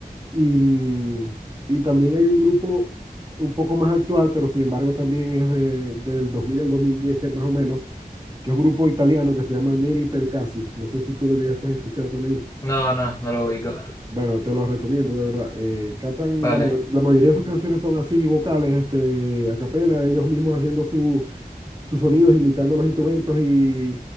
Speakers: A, on the right; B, on the left.
A: Y, mm, y también hay un grupo un poco más actual, pero sin embargo también es de- del 2000 al 2010 que más o menos que es un grupo italiano que se llama Neri Percassi. No sé si tú lo llegaste a escuchar también.
B: No, no, no lo ubico.
A: Bueno, te lo recomiendo, de verdad. Eh, cantan,
B: Vale.
A: la, ma- la mayoría de sus canciones son así, vocales, este, a capela, ellos mismos haciendo su- sus sonidos, imitando los instrumentos y,